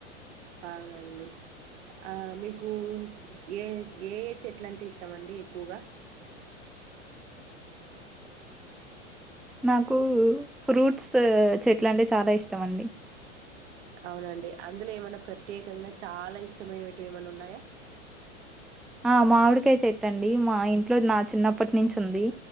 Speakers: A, on the right; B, in the centre.
A: అవునండి ఆ మీకు యేఏ యేఏ చెట్లు అంటే ఇష్టం అండి ఎక్కువగా,
B: నాకు ఫ్రూట్స్ చెట్లు అంటే చాలా ఇష్టం అండి
A: అవునండి అందులో ఏమన్నా ప్రత్యేకంగా చాలా ఇష్టమైనటివి ఏమైనా ఉన్నాయా
B: ఆ మామిడికాయ్ చెట్టండి మా ఇంట్లో నా చిన్నప్పటి నుంచి ఉంది